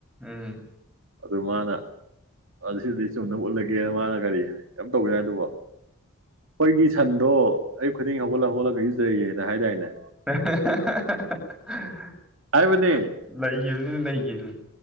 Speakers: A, in the centre; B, on the right.
A: ꯎꯝ
B: ꯑꯗꯨ ꯃꯥꯅ ꯁꯤꯗꯤ ꯆꯨꯝꯅꯕ ꯎꯠꯂꯒꯦꯅ ꯃꯥꯅ ꯀꯔꯤ ꯌꯥꯝ ꯇꯧꯒꯦ ꯌꯥꯏ ꯑꯗꯨꯕꯣ ꯑꯩꯈꯣꯏꯒꯤ ꯁꯟꯗꯣ ꯑꯌꯨꯛ ꯈꯨꯗꯤꯡ ꯍꯧꯒꯠꯂꯒ ꯍꯧꯒꯠꯂꯒꯁꯨꯖꯩꯌꯦꯅ ꯍꯥꯏꯗꯥꯏꯅꯦ
A: ꯍꯍꯍꯍꯍ
B: ꯍꯥꯏꯕꯅꯦ
A: ꯂꯩꯈꯤꯕꯅꯤꯅ ꯂꯩꯈꯤꯕꯅꯤ